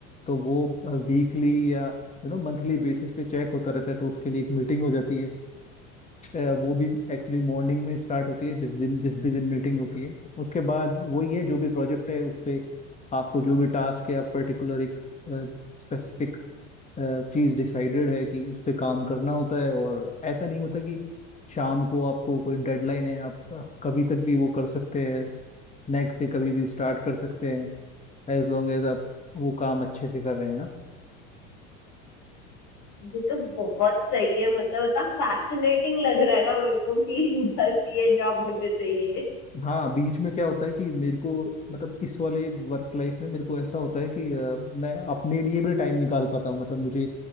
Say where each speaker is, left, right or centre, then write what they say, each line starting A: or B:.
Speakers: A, on the left; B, on the left.
A: तो वो वीकली या यू नो मंथली बेसिस पे चेक होता रहता है तो उसके लिए एक मीटिंग हो जाती है अ, वो भी एक्चुअली मॉर्निंग में स्टार्ट होती है जिस दिन जिस भी दिन मीटिंग होती है उसके बाद वही है जो भी प्रोजेक्ट है उस पे आपको जो भी टास्क है आप पर्टिकुलर एक स्पेसिफिक चीज डिसाइडेड है कि उस पे काम करना होता है और ऐसा नहीं होता कि शाम को आपको कोई डेडलाइन है आप अ, कभी तक भी वो कर सकते हैं नेक्स्ट डे कभी भी स्टार्ट कर सकते हैं एज लॉन्ग एज आप वो काम अच्छे से कर रहे हैं ना
B: ये तो बहुत सही है मतलब इतना फैसिनेटिंग लग रहा है ना मेरे को कि बस ये जॉब मुझे चाहिए
A: हाँ बीच में क्या होता है कि मेरे को मतलब इस वाले वर्क लाइफ में मेरे को ऐसा होता है कि अ, मैं अपने लिए भी टाइम निकाल पाता हूँ मतलब मुझे